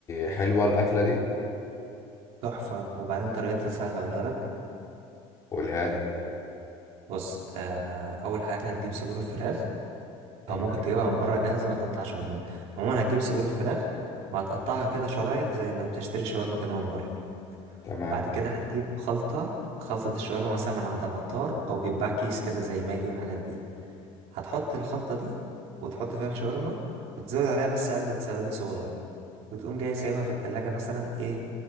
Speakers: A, on the left (about 25°); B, on the right (about 55°).
A: حلوة الاكلة دي
B: تحفة وبعدين طريقتها سهلة أقولها لك
A: قولها لي
B: بص آه أول حاجة هتجيب صدور الفراخ
A: تمام
B: أو ممكن تجيبها من بره جاهزة ما تقطع شاورما عموما هتجيب صدور الفراخ وهتقطعها كده شرايح زي ما بتشتري شاورما كده من بره
A: تمام
B: بعد كده هتجيب خلطة خلطة الشاورما مثلا من عند العطار أو بيتباع كيس كده زي ماجي والحاجات دي هتحط الخلطة دي وتحط فيها الشاورما وتزود عليها بس علبة زبادي صغيرة وتقوم جاي سايبها في التلاجة مثلا ايه